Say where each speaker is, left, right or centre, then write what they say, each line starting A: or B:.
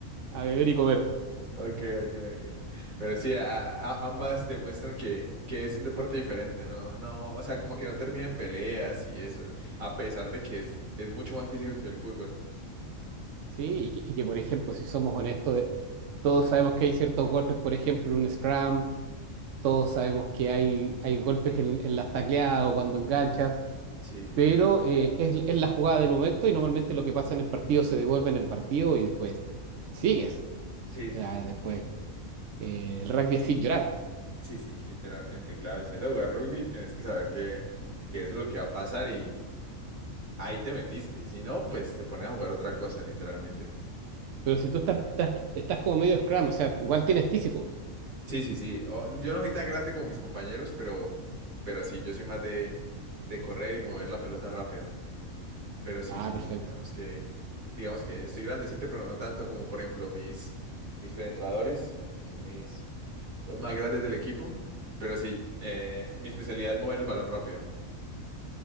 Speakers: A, on the right; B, on the right.
A: a beber y comer.
B: Ok, ok, ok. Pero sí, a- a- ambas demuestran que, que es un deporte diferente, ¿no? No, o sea, como que no termina en peleas y eso, a pesar de que es, es mucho más físico que el fútbol.
A: Sí, y que, y que, por ejemplo, si somos honestos, de- todos sabemos que hay ciertos golpes, por ejemplo, en un scrum, todos sabemos que hay, hay golpes en, en las tacleadas o cuando enganchas,
B: Sí, sí,
A: pero
B: sí.
A: eh, es, es la jugada del momento y normalmente lo que pasa en el partido se devuelve en el partido y después sigues.
B: Sí,
A: O
B: sí,
A: sea,
B: sí.
A: después eh, el rugby es sin llorar,
B: Sí, sí, sí, literalmente, claro. Si vas a jugar rugby, tenés que saber que, que eso es lo que va a pasar y ahí te metiste. Si no, pues te pones a jugar otra cosa, literalmente.
A: pero si tú estás, estás, estás como medio scrum, o sea, igual tienes físico.
B: Sí, sí, sí. O- yo no soy tan grande como mis compañeros, pero, pero sí, yo soy más de, de correr y mover la pelota rápido. Pero sí,
A: Ah,
B: sí,
A: perfecto.
B: sí, digamos que, digamos que estoy grandecito, pero no tanto como, por ejemplo, mis, mis penetradores, que son mis, los más grandes del equipo. Pero sí, eh, mi especialidad es mover el balón rápido.